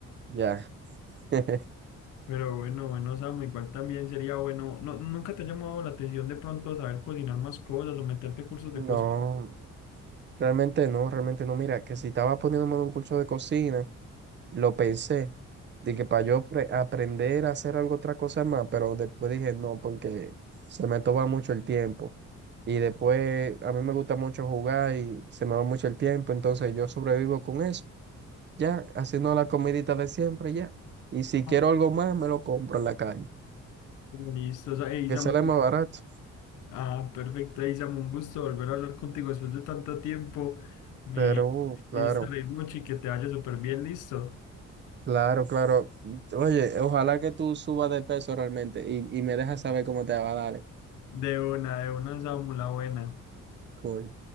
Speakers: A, on the right (about 35°); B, on the left (about 80°).
A: Ya. <laughs>
B: Pero bueno, bueno, Samu, igual también sería bueno. No, ¿nunca te ha llamado la atención de pronto saber cocinar más cosas o meterte a cursos de
A: No,
B: cocina?
A: realmente no, realmente no. Mira, que si estaba poniéndome en un curso de cocina, lo pensé, de que para yo pre- aprender a hacer algo otra cosa más, pero después dije no, porque se me toma mucho el tiempo. Y después a mí me gusta mucho jugar y se me va mucho el tiempo, entonces yo sobrevivo con eso, ya, haciendo la comidita de siempre, ya. Y si
B: Ah,
A: quiero algo más, me lo compro en la calle,
B: Listo, o sea, ey,
A: que
B: Samu,
A: sale más barato.
B: ah, perfecto, ey, Samu, un gusto volver a hablar contigo después de tanto tiempo. Me,
A: Pero, uh,
B: me
A: claro.
B: hice reír mucho y que te vaya súper bien, listo.
A: Claro, claro. Oye, ojalá que tú subas de peso realmente y, y me dejas saber cómo te va, dale.
B: De una, de una, Samu, la buena.
A: Cool.